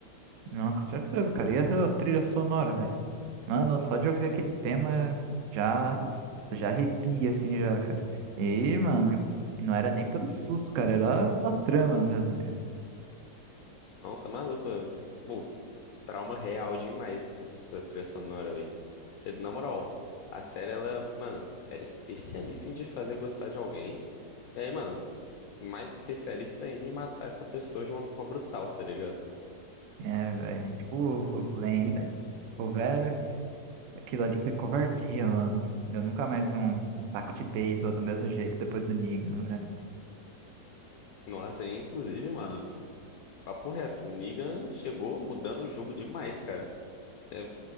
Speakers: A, on the right (about 85°); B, on the left (about 70°).
A: Não, com certeza, cara. E essa trilha sonora, velho? Mano, só de ouvir aquele tema já, você já arrepia, assim, já, cara. E, mano, e não era nem pelo susto, cara. Era pela trama mesmo, cara.
B: Não, tá maluco. Pô, trauma real demais essa trilha sonora, velho. Que, na moral, a série, ela, mano, era especialista em te fazer gostar de alguém. E aí, mano, mais especialista ainda em matar essa pessoa de uma forma brutal, tá ligado?
A: É, velho. Tipo o Glenn, velho. O velho. Aquilo ali foi covardia, mano. Eu nunca mais vi um, um taco de beisebol do mesmo jeito depois do Negan, né?
B: Nossa, e inclusive, mano, papo reto, Negan chegou mudando o jogo demais, cara. É,